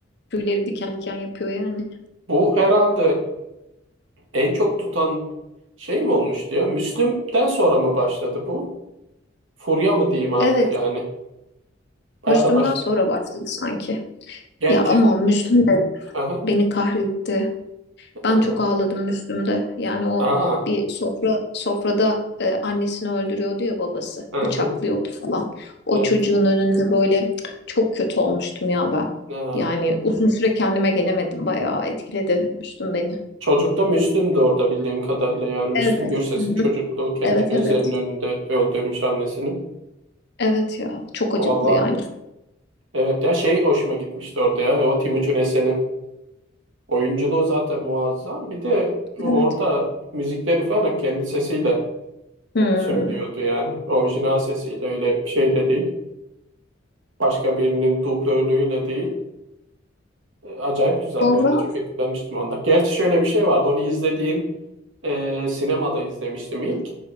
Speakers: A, on the left; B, on the right.
A: tüyleri diken diken yapıyor yani.
B: bu herhalde En çok tutan şey mi olmuştu ya? Müslüm'den sonra mı başladı bu? Furya mı diyeyim artık
A: Evet,
B: yani? Baya
A: Müslüm'den
B: da baş.
A: sonra başladı sanki.
B: Gerçi
A: Ya ama Müslüm de
B: aha,
A: beni kahretti.
B: aha,
A: Ben çok ağladım Müslüm'de. Yani o
B: aa,
A: bir sofra sofrada e, annesini öldürüyordu ya babası.
B: aha,
A: Bıçaklıyordu falan. O
B: evet.
A: çocuğun önünde böyle çok kötü olmuştum ya ben.
B: Aa.
A: Yani uzun süre kendime gelemedim. Bayağı etkiledi Müslüm beni.
B: Çocukta Müslüm de orada bildiğim kadarıyla yani Müslüm
A: Evet.
B: Gürses'in
A: Hı hı.
B: çocukluğu kendi
A: Evet
B: gözlerinin
A: evet.
B: önünde öldürmüş annesini.
A: Evet ya. Çok acıklı
B: Valla
A: yani.
B: evet ya şey hoşuma gitmişti orada ya o Timuçin Esen'in oyunculuğu zaten muazzam bir de orada
A: Evet.
B: müzikleri falan hep kendi sesiyle
A: Hmm.
B: e, söylüyordu yani. Orijinal sesiyle öyle bir şey de değil. Başka birinin dublörlüğüyle değil. E, Acayip güzeldi.
A: Sonra
B: Ben de çok etkilenmiştim ondan. Gerçi şöyle bir şey vardı. Onu izlediğim e, sinemada izlemiştim ilk.